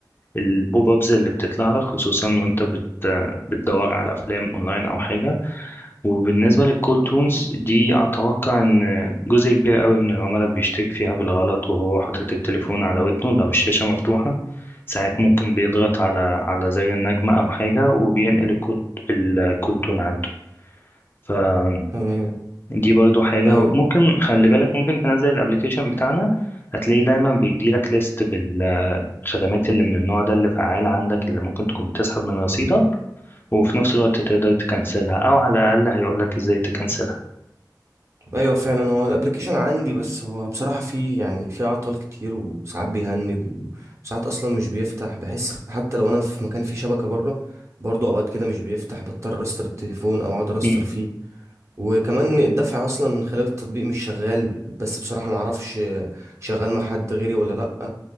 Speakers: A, on the left; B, on the right.
A: البوب ابز اللي بتطلع لك خصوصا وانت بت بتدور على افلام اونلاين او حاجه وبالنسبه للكول تونز دي اتوقع ان جزء كبير قوي من العملاء بيشترك فيها بالغلط وهو حاطط التليفون على ودنه لو الشاشه مفتوحه ساعات ممكن بيضغط على على زر النجمه او حاجه وبينقل الكود الكول تون عنده فدي
B: تمام
A: برضو حاجة
B: ايوه
A: ممكن خلي بالك ممكن تنزل الابليكيشن بتاعنا هتلاقيه دايما بيديلك ليست الخدمات اللي من النوع ده اللي فعال عندك اللي ممكن تكون بتسحب من رصيدك وفي نفس الوقت تقدر تكنسلها او على الاقل هيقولك ازاي تكنسلها
B: ايوه فعلا هو الابلكيشن عندي بس هو بصراحه فيه يعني فيه اعطال كتير وساعات بيهنج وساعات اصلا مش بيفتح بحس حتى لو انا في مكان فيه شبكه بره برضو اوقات كده مش بيفتح بضطر استر التليفون او اقعد استر
A: مم.
B: فيه وكمان الدفع اصلا خلال التطبيق مش شغال بس بصراحة ما اعرفش شغال مع حد غيري ولا لا